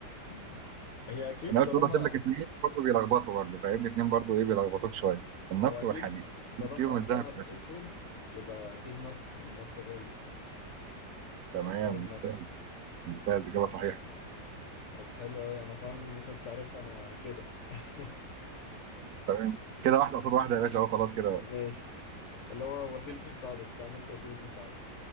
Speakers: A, on the left (about 50°); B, on the right (about 70°).
A: <laughs> هي اكيد
B: انا قلت
A: طالما
B: برضه اسيب لك اثنين برضه بيلخبطوا برضه فاهمني اثنين برضه ايه بيلخبطوك شويه النفط
A: هو أكيد
B: والحديد
A: طالما
B: فيهم
A: الذهب
B: الذهب والاسود
A: أسود يبقى أكيد نفط لأن النفط غالي فأختار
B: تمام ممتاز
A: النفط
B: ممتاز اجابه صحيحه
A: طب حلو أوي أنا فعلا ما كنتش عارف أنا كده <laughs>
B: تمام كده واحده قصاد واحده يا باشا اهو خلاص كده
A: ماشي
B: بقى
A: اللي هو وسيلة مساعدة استعملت وسيلة مساعدة